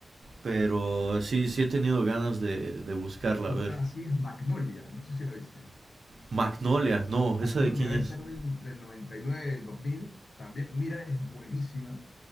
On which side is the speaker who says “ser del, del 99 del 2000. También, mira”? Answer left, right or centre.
Left